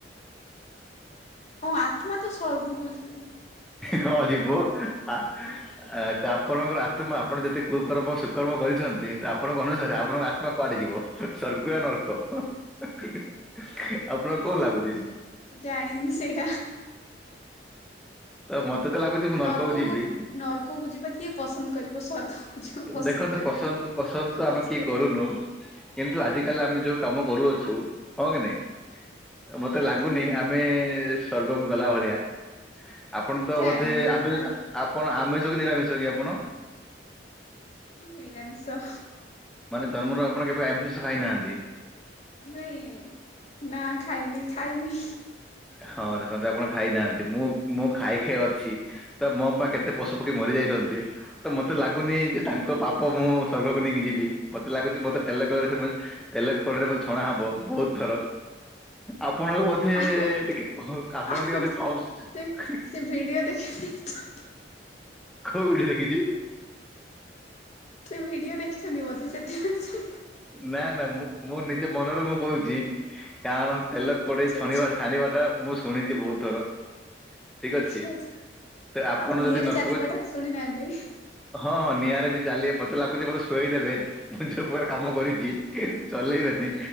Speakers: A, on the left; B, in the centre.
A: ଓ ଆତ୍ମା ତ ସର୍ଗକୁ ଜ
B: ହଁ ଯିବ ଆ ତା ଆପଣଙ୍କର ଆତ୍ମା ଆପଣ ଯେତେ କୁକର୍ମ ସୁକର୍ମ କରିଛନ୍ତି ତ ଆପଣଙ୍କ ଅନୁସାରେ
A: ହଁ
B: ଆପଣଙ୍କ ଆତ୍ମା କୁଆଡ଼େ ଯିବ ସର୍ଗୁ ଆ ନର୍କ ଆପଣଙ୍କୁ
A: ହୁଁ
B: କଣ ଲାଗୁଚି?
A: ଜାଣିନି ସେଇଟା
B: ତ ମତ ତତେ ଲାଗୁଛି ମୁଁ ନର୍କ
A: ନର୍କକୁ
B: କୁ ଯିବି
A: ନର୍କକୁ ଯିବା କିଏ ପସନ୍ଦ କରିବ ସ୍ୱର୍ଗକୁ ଯିବା ପସନ୍ଦ
B: ଦେଖନ୍ତୁ
A: କରିବେ
B: ପସନ୍ଦ
A: ନା
B: ପସନ୍ଦ
A: ସମସ୍ତେ
B: ତ ଆମେ କି କରୁନୁ କିନ୍ତୁ ଆଜି କାଲି ଆମେ ଯୋଉ କାମ କରୁଅଛୁ ହଁ କି ନାଇଁ ମତେ ଲାଗୁନି
A: ହୁଁ
B: ଆମେ ସ୍ୱର୍ଗକୁ ଗଲା ଭଳିଆ ଆପଣ ତ
A: ଜାଣିନି
B: ବୋଧେ
A: ସେଇଟା
B: ଆମେ
A: ଆଗକୁ
B: ଆପଣ ଆମେ ସ କି ନିରାମିଷ କି ଆପଣ?
A: ନିରାମିଷ
B: ତା ମାନେ ଆପଣ କେବେ ଆମିଷ ଖାଇନାହାନ୍ତି।
A: ନାଇଁ ନା ଖାଇନି ଖାଇନି।
B: ହଁ ଦେଖନ୍ତୁ ଆପଣ ଖାଇନାହାନ୍ତି ମୁଁ ମୁଁ ଖାଇ ଖାଇ ଅଛି ତ ମୋ ପାଇଁ କେତେ ପଶୁ ପକ୍ଷୀ ମରିଯାଇ ଛନ୍ତି ତ ମତେ ଲାଗୁନି ଯେ ତାଙ୍କ ପାପ ମୁଁ ସର୍ଗକୁ ନେଇକି ଯିବି ମତେ ଲାଗୁଚି ମତେ ତେଲ କଡେ ତ ସେ ମୋତେ ତେଲ କଢ଼େଇ ରେ ବୋଧେ ଛଣା ହବ ବହୁତ ଥର ଆପଣଙ୍କୁ ବୋଧେ
A: ଆଉ
B: ଟିକେ ହଁ ଆପଣ
A: ଆଉ
B: ଟିକେ ବୋଧେ କମ
A: ସେ ସେ ଭିଡିଓ ଦେଖିନି ତ
B: କୋଉଠି ଦେଖିଚି?
A: ସେ ଭିଡିଓ ଦେଖିଛନ୍ତି ବୋଧେ ସେଥି ପାଇଁ ସେ
B: ନା ନା ମୁଁ ମୁଁ ନିଜ ମନରେ ମୁଁ କହୁଛି କାରଣ ତେଲ କଡେଇ
A: ଆଚ୍ଛା
B: ଛଣିବ
A: ଆଚ୍ଛା
B: ଛାଣିବା ଟା ମୁଁ ଶୁଣିଛି ବହୁତ ଥର ଠିକ
A: ଆଚ୍ଛା
B: ଅଛି
A: ଆଚ୍ଛା
B: ତ ଆପଣ
A: ଆଉ ନିଆଁରେ
B: ଯଦି ନର୍କ
A: ଚାଲିବାଟା
B: କୁ
A: ଶୁଣିନାହାନ୍ତି
B: ହଁ ହଁ ନିଆରେ ବି ଚାଲି ମତେ ଲାଗୁଛି ମତେ ସୋଇ ଦେବେ ମୁଁ ଯୋଉ ପ୍ରକାର କାମ କରିଚି ଚଲେଇବେନି